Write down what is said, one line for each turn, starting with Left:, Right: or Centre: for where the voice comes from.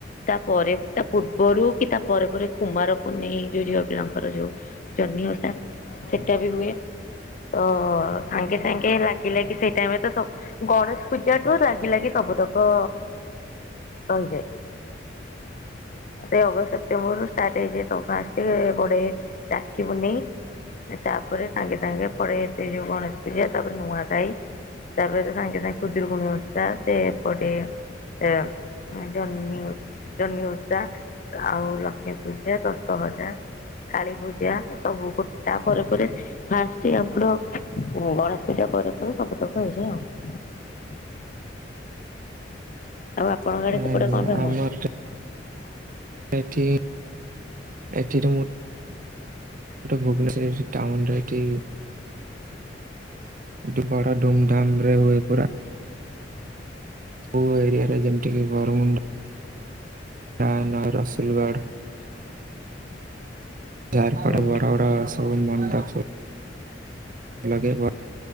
Left: ତା ପରେ ତା ପୂର୍ବରୁ କି ତା ପରେ ପରେ କୁମାର ପୁର୍ନେଇ ଯୋଉ ଝିଅ ପିଲାଙ୍କର ଯୋଉ ଜହ୍ନି <unintelligible> ସେଟା ବି ହୁଏ। ତ ସାଙ୍ଗେ ଯାଇକେ ଲାଗି ଲାଗି ସେଇ ଟାଇମ ତ ସବୁ ଗଣେଶ ପୂଜାଠୁ ଲାଗ ଲାଗି ସବୁତକ ରହିଯାଏ। ସେ ଅଗଷ୍ଟ ସେପ୍ଟେମ୍ବର ରୁ ଷ୍ଟାର୍ଟ ହେଇଯାଏ। ସବୁ ଫାଷ୍ଟେ ପଡେ ରାଖି ପୁନେଇ। ତାପରେ ସାଙ୍ଗେ ସାଙ୍ଗେ ପଳେଇ ଆସେ ଯୋଉ ଗଣେଶ ପୂଜା ତାପରେ ନୂଆଖାଇ। ତାପରେ ତ ସାଙ୍ଗେ ସାଙ୍ଗେ ଖୁଦୁରକୁୁଣି ଓସା ସେପଟେ ଏ ଜହ୍ନି ଓ ଜହ୍ନି ଉଷା ଆଉ ଲକ୍ଷ୍ମୀପୂଜା ଦଶହରା। କାଳୀ ପୂଜା ସବୁ ଗୋ ତାପରେ ପରେ ଫାଷ୍ଟେ ଆପଣ ହଁ ଗଣେଶ ପୂଜା ପରେ ପରେ ସବୁ ତକ ହେଇଯାଏ ଆଉ।
Right: <inaudible>
Left: ଆଉ ଆପଣଙ୍କ ଆଡେ
Right: ଆଜ୍ଞା
Left: ସେପଟେ କଣ ଫେମସ?
Right: ଆମ ଏଠି ଏଠି ରେ ମୁଁ ଟ ଭୁବନେଶ୍ୱର ଟାଉନ ରେ ଏଠି କିନ୍ତୁ ବଡ ଧୁମଧାମ ରେ ହୁଏ ପରା। କୋଉ ଏରିଆରେ ଯେମିତି କି ବରମୁଣ୍ଡା ତା ନଁ ରସୁଲଗଡ୍। ଝାରପଡା
Left: ହୁଁ।
Right: ବଡବଡ ସବୁ ମଣ୍ଡପ ଲଗେଇବ